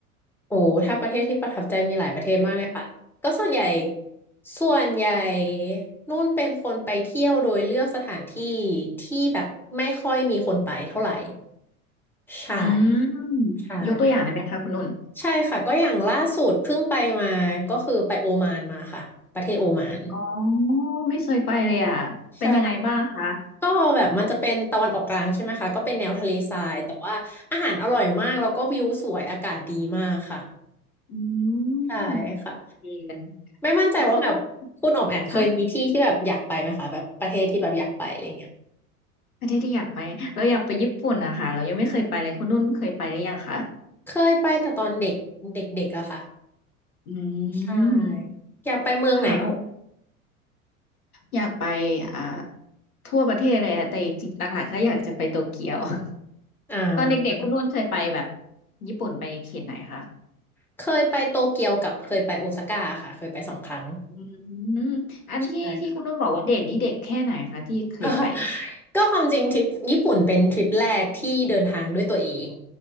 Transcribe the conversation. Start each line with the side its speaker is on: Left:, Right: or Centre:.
Centre: โอ้ถ้าประเทศที่ประทับใจมีหลายประเทศมากเลยค่ะก็ส่วนใหญ่ส่วนใหญ่นุ่นเป็นคนไปเที่ยวโดยเลือกสถานที่ที่แบบไม่ค่อยมีคนไปเท่าไหร่ใช่
Left: อืม
Centre: ใช่
Left: ยกตัวอย่างได้ไหมคะคุณนุ่น
Centre: ใช่ค่ะก็อย่างล่าสุดเพิ่งไปมาก็คือไปโอมานมาค่ะประเทศโอมาน
Left: อ๋อไม่เคยไปเลยอ่ะเป็นยังไงบ้างคะ
Centre: ใช่ก็แบบมันจะเป็นตะวันออกกลางใช่ไหมคะก็เป็นแนวทะเลทรายแต่ว่าอาหารอร่อยมากแล้วก็วิวสวยอากาศดีมากค่ะ
Left: อื
Centre: ใช่ค่ะ
Left: มดีเลย
Centre: ไม่มั่นใจว่าแบบคุณอ๋อมแอมเคยมีที่ที่แบบอยากไปไหมคะแบบประเทศที่แบบอยากไปอะไรเงี้ย
Left: เออคุณนุ่นคะประเทศที่อยากไปเราอยากไปญี่ปุ่นนะคะเรายังไม่เคยไปเลยคุณนุ่นเคยไปหรือยังคะ
Centre: เคยไปแต่ตอนเด็กเด็กๆอะค่ะ
Left: อื
Centre: ใช่
Left: ม
Centre: อยากไปเมืองไหน
Left: ค่ะแล้วอยากไปอ่าทั่วประเทศเลยอะแต่จริงๆหลักๆก็อยากจะไปโตเกียว <laughs>
Centre: อ่า
Left: ตอนเด็กๆคุณนุ่นเคยไปแบบญี่ปุ่นไปเขตไหนคะ
Centre: เคยไปโตเกียวกับเคยไปโอซาก้าค่ะเคยไปสองครั้ง
Left: อืมอันที่ที่คุณนุ่นบอกว่าเด็กนี่เด็กแค่ไหนคะที่เคยไป
Centre: ใช่ค่ะ <laughs> ก็ความจริงทริปญี่ปุ่นเป็นทริปแรกที่เดินทางด้วยตัวเอง